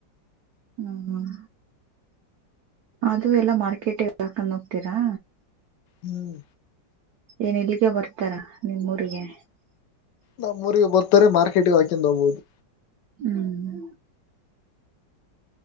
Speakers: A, on the right; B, on the left.
A: ಹ್ಮ್, ಅದು ಎಲ್ಲಾ ಮಾರ್ಕೆಟ್ಗೆ ಹಾಕೊಂಡ್ ಹೋಗ್ತೀರಾ,
B: ಹ್ಮ್
A: ಏನ್ ಇಲ್ಲಿಗೆ ಬರ್ತಾರ ನಿಮ್ಮೂರಿಗೆ,
B: ನಮ್ಮೋರಿಗೆ ಬರ್ತಾರೆ ಮಾರ್ಕೆಟಿಗೆ ಹಾಕ್ಯನಂದ್ ಹೋಗ್ಬಹುದು.
A: ಹ್ಮ್.